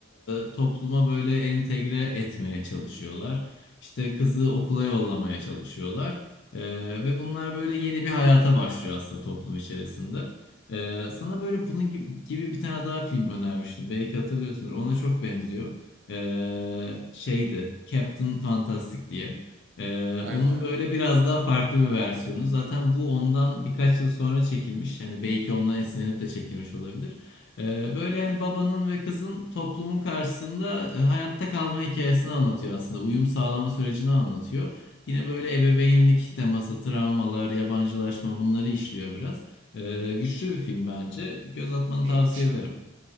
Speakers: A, on the left; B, on the right.
A: e, topluma böyle entegre etmeye çalışıyorlar. İşte kızı okula yollamaya çalışıyorlar. Ee, ve bunlar böyle yeni bir hayata başlıyor aslında toplum içerisinde. Ee, sana böyle bunun gibi, gibi bir tane daha film önermiştim. Belki hatırlıyorsundur. Ona çok benziyor. Ee, şeydi. Captain Fantastic diye. Ee,
B: Aynen
A: onun
B: abi.
A: böyle biraz daha farklı bir versiyonu. Zaten bu ondan birkaç yıl sonra çekilmiş. Yani belki ondan esinlenip de çekilmiş olabilir. Ee, böyle hani babanın ve kızın toplumun karşısında e, hayatta kalma hikayesini anlatıyor aslında. Uyum sağlama sürecini anlatıyor. Yine böyle ebeveynlik teması, travmalar, yabancılaşma bunları işliyor biraz. Ee, güçlü bir film bence. Göz atmanı
B: İyiymiş
A: tavsiye ederim.
B: abi.